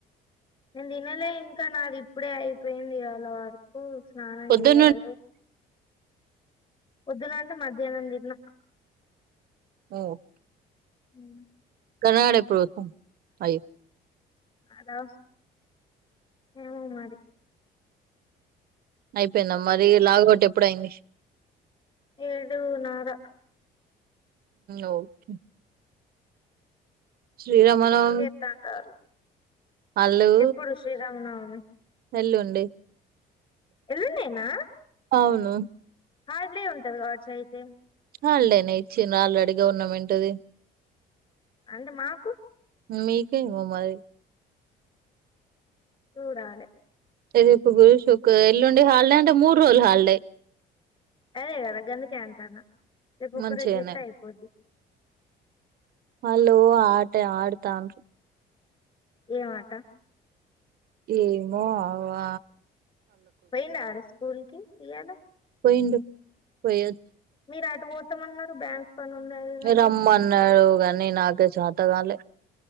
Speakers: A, on the left; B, on the right.
A: నేను తినలే ఇంకా నాది ఇప్పుడే అయిపోయింది వాళ వరకు స్నానం
B: పొద్దున్న
A: చేయద పొద్దున అంటే మధ్యాహ్నం తినిన
B: ఓ
A: ఉ
B: <unintelligible>
A: అదా ఏమ మరి
B: అయిపోయిందామ్ మరి లాగౌట్ ఎప్పుడ అయింది
A: ఏడు నార
B: ఓకే శ్రీరామనవ
A: ఏం చేత్తంటారు
B: వాళ్ళు
A: ఎప్పుడు శ్రీరామనవమి
B: ఎల్లుండి
A: ఎలాన్నేనా
B: అవును
A: హార్డ్లే ఉంటది కావచ్చు అయితే
B: అలేేనే ఇచ్చిను ఆల్రెడీ గవర్నమెంట్ది
A: అంత మాకు
B: మీకా అరి
A: నూడాలి
B: ఎది గురుష ఎల్లుండి హాలిడే అంటే మూడు రోజులు హాలిడే
A: అదే కదా గందకి అంటానా రేపు ఒక్క
B: మంచిగానే
A: రేజ జత్త అయిపోద్ది
B: వాళ్ళు ఆట ఆడుతాను
A: ఏమాట
B: ఏమో అ
A: పోనా స్కూల్ క పయాల
B: పోయిండ పోయ
A: మీ రాటవో ఇమన్నారు బ్యాంక్ పని ఉంది అది ఇది
B: మీరు
A: అన్నారు
B: అమ్మ అన్నాడుగా అీ నాకే శాతగాల